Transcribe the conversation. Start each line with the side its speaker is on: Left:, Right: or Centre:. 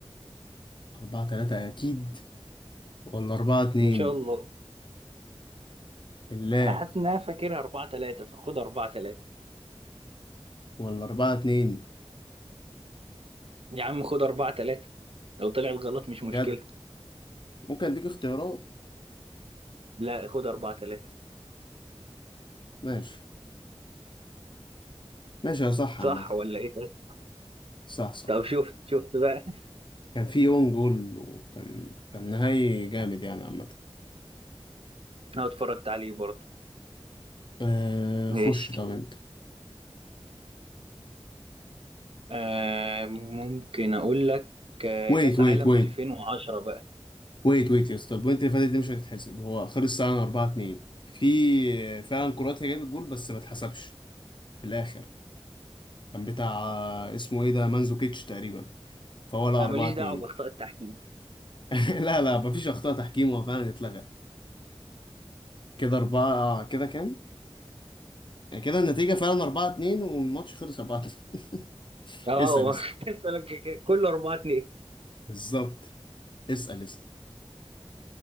Left: أربعة تلاتة أكيد ولا أربعة اتنين؟
Right: ان شاء الله
Left: بالله
Right: حاسس ان انا فاكرها 4 3 فخد 4 3
Left: ولا أربعة اتنين؟
Right: يا عم خد 4 3 لو طلعت غلط مش
Left: بجد
Right: مشكلة
Left: ممكن أديك اختيارات؟
Right: لا خد 4 3
Left: ماشي ماشي يا صح عامة
Right: صح ولا ايه طيب
Left: صح صح
Right: طب شفت شفت بقى
Left: كان في اون جول وكان كان نهائي جامد يعني عامة
Right: انا اتفرجت عليه برضه
Left: آه
Right: ماشي
Left: خش طب أنت
Right: آه ممكن اقول لك آه،
Left: ويت
Right: كاس
Left: ويت
Right: عالم
Left: ويت
Right: 2010 بقى
Left: ويت ويت يا اسطى البوينت اللي فاتت دي مش هتتحسب هو خلص ساعة 4 2 في فعلا كرواتيا جابت جول بس ما اتحسبش في الآخر كان بتاع آه، اسمه ايه ده مانزوكيتش تقريبا فهو لا
Right: انا
Left: أربعة
Right: ماليش
Left: اتنين
Right: دعوة باخطاء التحكيم
Left: <laughs> لا لا مفيش أخطاء تحكيم هو فعلا اتلغى كده أربعة آه، كده كام؟ يعني كده النتيجة فعلا أربعة اتنين والماتش خلص أربعة اتنين <laughs>
Right: اه
Left: اسأل اسأل
Right: <laughs> كنت هسألك كده. كله 4 2
Left: بالظبط اسأل اسأل